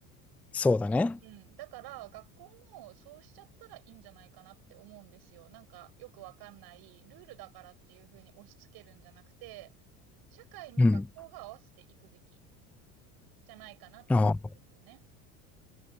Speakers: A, in the centre; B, on the right.
A: そうだね。
B: うん。だから学校もそうしちゃったらいいんじゃないかなって思うんですよ。なんかよくわかんないルールだからっていうふうに押し付けるんじゃなくて、社会に学校が合わせていくべき。
A: うん。
B: じゃないかなって思うんですよね。
A: ああ